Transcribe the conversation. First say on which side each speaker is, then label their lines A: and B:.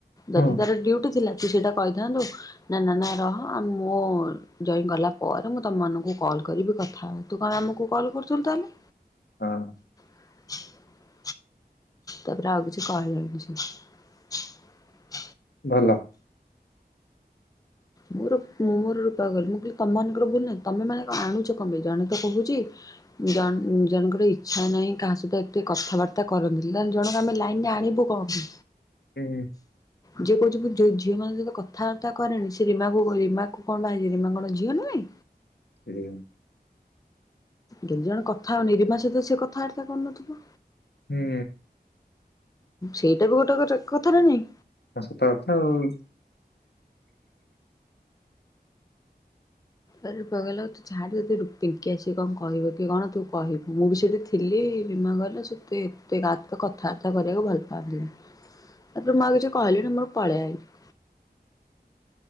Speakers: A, on the left (about 20°); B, on the left (about 85°).
A: ଯଦି
B: ହଁ
A: ତାର ଡ଼ିଉଟି ଥିଲା ତୁ ସେଇଟା କହି ନ୍ତୁ ନା ନା ନା ରହ ମୋ ଜ୍ୱାଇଁ ଗଲା ପରେ ମୁଁ ତମମାନଙ୍କୁ କଲ୍ କରିବି କଥା ଥା ହେବ। ତୁ କାଇ ଆମକୁ କଲ୍ କରୁଥିଲୁ ତାହେଲେ।
B: ହଁ,
A: <inaudible> ତାପରେ ଆଉ କିଛି କହିଲାନି କିଛି।
B: ଭଲ।
A: ମୋର ମୁଁ ମୋର ରୂପା କୁ କହଲି ମୁଁ କହିଲି ତମମାନଙ୍କର ଭୁଲ ନାହିଁ, ତମେ ମାନେ ଆଣୁଛ କଣପାଇ ଜାଣୁଛ ତ କହୁଛି। ଜ ଜଣଙ୍କର ଇଚ୍ଛା ନାହିଁ କାହା ସହିତ ଏତେ କଥାବାର୍ତ୍ତା କରନ୍ତିନି। ଯା ଜଣକ ଆମେ ଲାଇନ ରେ ଆ ଣିବୁ କଣ ପାଇଁ।
B: ହୁଁ
A: ଯିଏ କହୁଛି ଯୋଉ ଝିଅ ମାନଙ୍କ ସହିତ କଥାବାର୍ତ୍ତା କରେଣି ସେ ରିମା ବୋ କଣ ରିମାକୁ କଣ ପାଇଁ ରୀମା କଣ ଝିଅ ନୁହେଁ।
B: <unintelligible>
A: କେନ୍ ଜଣ କଥା ହଉନି ରିମା ସହିତ ସେ କଥାବାର୍ତା କରୁନଥିବ। ଉ
B: ହୁଁ
A: ସେଇଟା ବି ଗୋଟେ କ କଥା ଟେ ନାଇଁ।
B: ଆ ସତ କଥା ଆଉ।
A: ଆ ରୁପା କହିଲା ତୁ ଛାଡେ ଯଦି ପିଙ୍କି ଆସିକି କଣ କହିବ କି କଣ ତୁ କହିବୁ। ମୁଁ ବି ସେଠି ଥିଲି-ଇ-ଇ। ରିମା କହିଲା ସେତେ ଏତେ କାହା ସହିତ କଥାବାର୍ତ୍ତା କରିବାକୁ ଭଲ ପାଆନ୍ତିନି। ତାପରେ ମୁଁ ଆଉ କିଛି କହିଲିନି ମୁଁ ପଳେଇ ଆଇଲି।